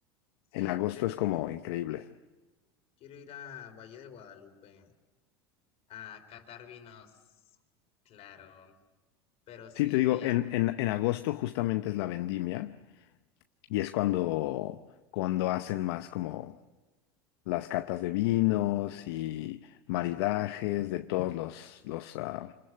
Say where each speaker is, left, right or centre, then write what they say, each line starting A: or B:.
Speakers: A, on the left; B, on the left.
A: sí,
B: En agosto
A: de hecho
B: es como
A: quiero,
B: increíble.
A: quiero ir a Valle de Guadalupe. a catar vinos, claro, pero sí,
B: Sí, te digo,
A: me llama,
B: en, en, en agosto justamente es la vendimia y es cuando, cuando hacen más como las catas de vinos y maridajes
A: ajá,
B: de todos los, los ah,